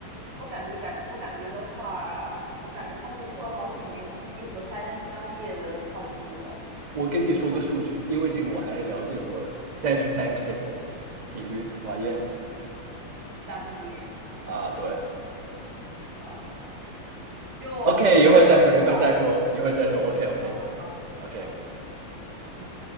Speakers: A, on the right; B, on the right.
A: 我感觉感我感觉的话，我感觉他这个做了好几年，估计和 finance 刚毕业的差不多。
B: 我跟你说个数据，因为这个我还是了解过的，三十三 K 平均马燕
A: 刚毕业，
B: 啊，对
A: 靠，就说实话，
B: ，OK，一会儿再说，一会儿再说，一会儿再说，OK
A: <laughs>
B: OK
A: 好好好，
B: OK。
A: 嗯嗯。